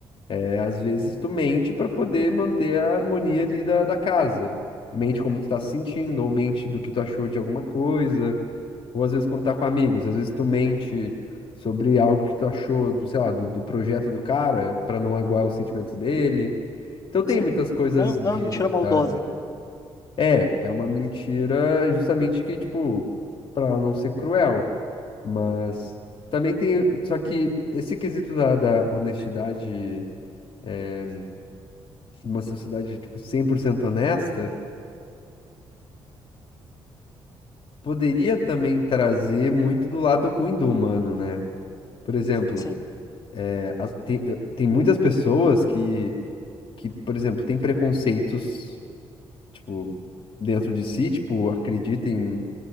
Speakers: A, on the left; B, on the left.
A: é, às vezes tu mente para poder manter a harmonia ali da, da casa. Mente como tu tá se sentindo, ou mente do que tu achou de alguma coisa. Ou às vezes quando tá com amigos, às vezes tu mente sobre algo que tu achou do, sei lá, do, do projeto do cara, pra não aguar os sentimentos dele. Então tem
B: Sim.
A: muitas coisas
B: Não, não
A: disso,
B: é mentira maldosa.
A: sabe? É, é uma mentira justamente que, tipo, pra ela não ser cruel. Mas também tem. Só que esse quesito da, da honestidade, é, uma sociedade, tipo, 100% honesta, poderia também trazer muito do lado ruim do humano, né? Por exemplo,
B: Sim.
A: as- tem, eu- tem muitas pessoas que, que, por exemplo, têm preconceitos, tipo, dentro de si, tipo, acreditam em,